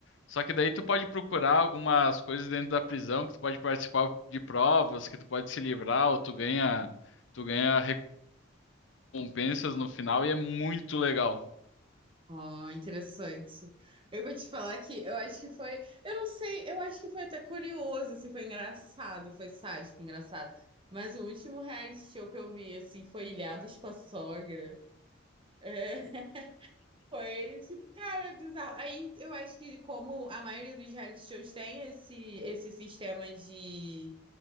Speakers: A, on the left; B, on the right.
A: Só que daí tu pode procurar algumas coisas dentro da prisão, que tu pode participar de provas, que tu pode se livrar, ou tu ganha, tu ganha recompensas no final e é muito legal.
B: Ó, interessante. Eu vou te falar que eu acho que foi, eu não sei, eu acho que foi até curioso, assim, foi engraçado, foi sádico, engraçado. Mas o último reality show que eu vi, assim, foi Ilhados com a Sogra. É, <laughs> foi, tipo, cara, é bizarro. Aí eu acho que como a maioria dos reality shows tem esse, esse sistema de